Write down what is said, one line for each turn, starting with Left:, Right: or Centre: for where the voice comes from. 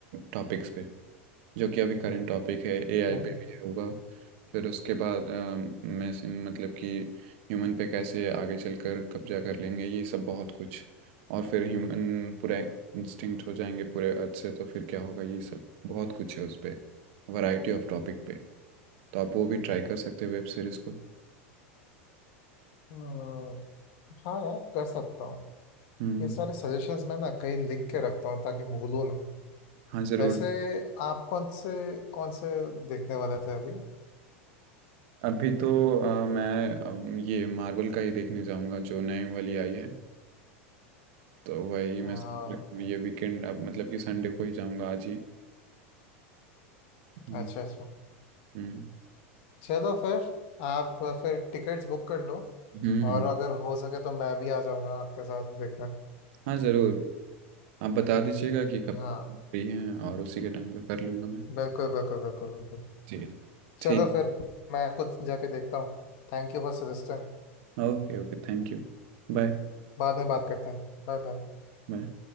Right: टॉपिक्स पे जो कि अभी करंट टॉपिक है एआई
Left: ओ,
Right: पे भी होगा फिर उसके बाद मशीन मतलब कि ह्यूमन पे कैसे आगे चलकर कब्जा कर लेंगे ये सब बहुत कुछ और फिर ह्यूमन पूरा इंस्टिंक्ट हो जाएंगे पूरे अर्थ से तो फिर क्या होगा ये सब बहुत कुछ है उस पे वैरायटी ऑफ टॉपिक पे तो आप वो भी ट्राई कर सकते हैं वेब सीरीज को
Left: अ, हाँ यार कर सकता हूँ
Right: हम्म
Left: ये सारे सजेशंस मैं ना कहीं लिख के रखता हूँ ताकि भूलो ना
Right: हाँ ज़रूर
Left: वैसे आप कौन से कौन से देखने वाले थे अभी
Right: अभी तो अ, मैं अम, ये मार्वल का ही देखने जाऊंगा जो नई वाली आई है तो वही
Left: अ,
Right: मैं सोच रहा हूँ, ये वीकेंड अब मतलब कि संडे को ही जाऊंगा आज ही हम्म
Left: अच्छा अच्छा
Right: हम्म
Left: चलो फिर आप फिर टिकट्स बुक कर लो
Right: हम्म,
Left: और अगर हो सके तो मैं भी आ जाऊँगा आपके साथ देखने
Right: हाँ ज़रूर आप बता दीजिएगा कि कब
Left: हाँ
Right: फ्री हैं और उसी के टाइम पे कर लूँगा मैं
Left: बिल्कुल बिल्कुल बिल्कुल बिल्कुल
Right: जी ठीक
Left: चलो फिर मैं कुछ जाके देखता हूँ Thank you for suggesting
Right: Okay okay thank you Bye
Left: बाद में बात करते हैं Bye bye
Right: Bye